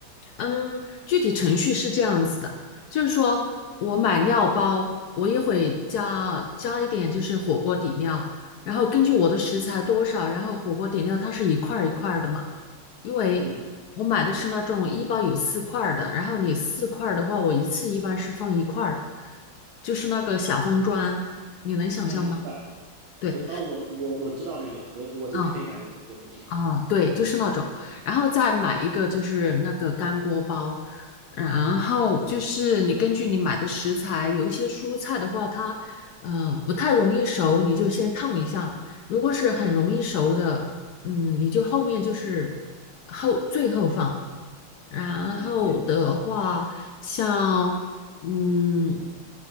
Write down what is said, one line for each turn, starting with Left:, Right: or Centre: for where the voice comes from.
Left: 嗯，具体程序是这样子的，就是说我买料包，我也会加加一点，就是火锅底料，然后根据我的食材多少，然后火锅底料它是一块儿一块儿的嘛，因为我买的是那种一包有四块儿的，
Right: 嗯
Left: 然后你四块儿的话，我一次一般是放一块儿，就是那个小方砖，你能想象吗？
Right: 嗯，对，
Left: 对，
Right: 我哦，我我我知道那个，我我这边可以买得到这个东西。
Left: 嗯，啊，对，就是那种，然后再买一个就是那个干锅包，然后就是你根据你买的食材，有一些蔬菜的话，它嗯、呃不太容易熟，你就先烫一下；如果是很容易熟的，嗯，你就后面就是后最后放。然后的话，
Right: 嗯，
Left: 像嗯